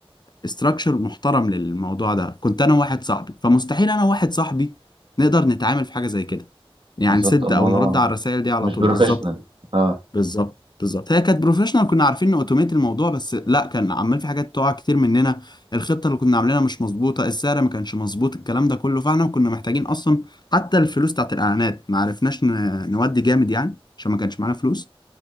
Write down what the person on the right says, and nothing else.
بالظبط
الموضوع
مش
بروفيشنال
اه